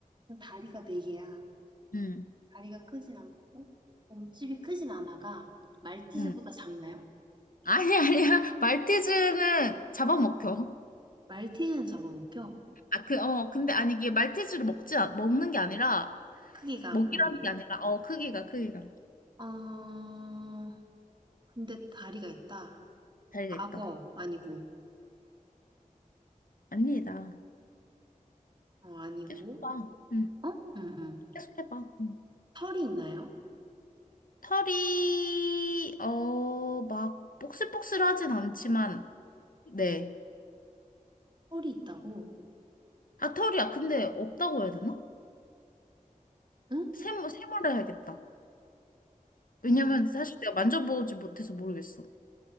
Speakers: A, on the right; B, on the left.
A: 그럼 다리가 네 개야.
B: 응.
A: 다리가 크진 않고, 몸집이 크진 않아가 말티즈보다
B: 응.
A: 작나요?
B: 아니, 아니야. <laughs> 말티즈는 잡아먹혀.
A: 말티즈는 잡아먹혀.
B: 아, 그, 어, 근데 아니, 이게 말티즈를 먹지, 않- 먹는 게 아니라,
A: 크기가,
B: 먹이라는
A: 음.
B: 게 아니라, 어, 크기가, 크기가.
A: 어, 근데 다리가 있다.
B: 잘있다
A: 악어, 아니고.
B: 아닙니다.
A: 어, 아니고.
B: 계속 해봐. 응.
A: 어? 응, 응.
B: 계속 해봐. 응.
A: 털이 있나요?
B: 털이, 어, 막, 복슬복슬하진 않지만, 네.
A: 털이 있다고?
B: 아, 털이야. 근데 없다고 해야 되나?
A: 응?
B: 샘모 세모를 해야겠다. 왜냐면
A: 음,
B: 사실 내가 만져보지 못해서 모르겠어.